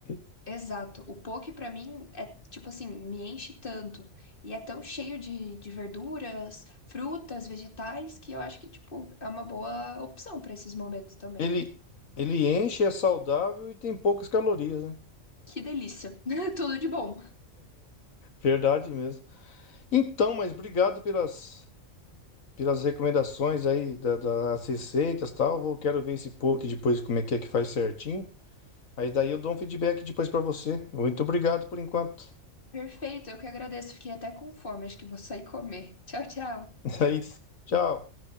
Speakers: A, on the left; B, on the left.
A: <laughs>
B: exato. O poke pra mim é tipo assim, me enche tanto e é tão cheio de, de verduras, frutas, vegetais que eu acho que tipo é uma boa opção pra esses momentos também.
A: Ele, ele enche, é saudável e tem poucas calorias, né?
B: Que delícia. <laughs> Tudo de bom.
A: Verdade mesmo. Então, mas obrigado pelas, pelas recomendações aí da- das receitas e tal. Vou, quero ver esse poke depois como é que é que faz certinho. Aí daí eu dou um feedback depois pra você. Muito obrigado por enquanto.
B: Perfeito, eu que agradeço. Fiquei até com fome. Acho que vou sair comer. Tchau, tchau.
A: <laughs> É isso. Tchau.